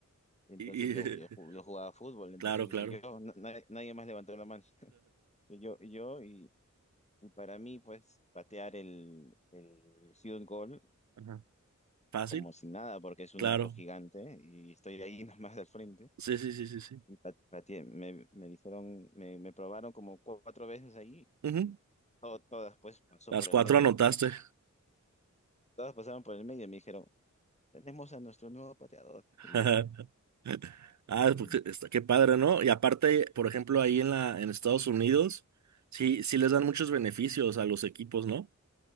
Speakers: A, on the left; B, on the right.
A: Entonces
B: Y, y-
A: yo, yo, ju- yo jugaba fútbol, entonces
B: <laughs> claro,
A: yo dije,
B: claro.
A: yo, na- nadie, nadie más levantó la mano, Y yo, y yo y... Y para mí, pues, patear el, el field goal
B: Ajá. Fácil,
A: como si nada, porque es un
B: claro.
A: narco gigante y estoy ahí <laughs> nomás al frente.
B: Sí, sí, sí, sí, sí.
A: Y pa- pateé. Me, me dijeron, me, me probaron como cuatro veces ahí
B: Ujú.
A: y to- todas pues pasó
B: Las
A: por el
B: cuatro
A: medio
B: anotaste.
A: justito. Todas pasaron por el medio y me dijeron, tenemos a nuestro nuevo pateador.
B: <laughs>
A: Y, <laughs>
B: Ah,
A: sí,
B: porque está, qué padre, ¿no? Y aparte, por ejemplo, ahí en la, en Estados Unidos, sí, sí les dan muchos beneficios a los equipos, ¿no?